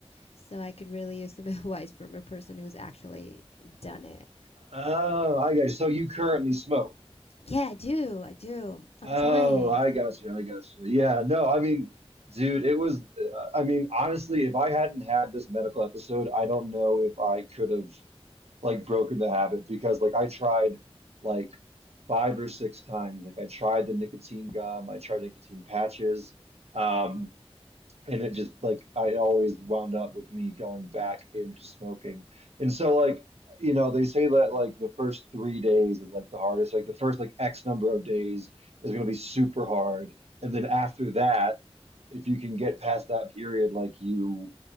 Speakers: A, on the left; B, on the right.
A: So, I could really use some <laughs> advice from a person who's actually done it.
B: Oh, I got you. So you currently smoke.
A: Yeah, I do. I do. I'm
B: Oh,
A: trying.
B: I got you. I got you. Yeah, no, I mean, dude, it was, uh, I mean, honestly, if I hadn't had this medical episode, I don't know if I could have like broken the habit because like I tried like five or six times. Like I tried the nicotine gum, I tried nicotine patches. Um, and it just like I always wound up with me going back into smoking. And so like, you know, they say that like the first three days is like the hardest. Like the first like X number of days is gonna be super hard. And then after that, if you can get past that period, like you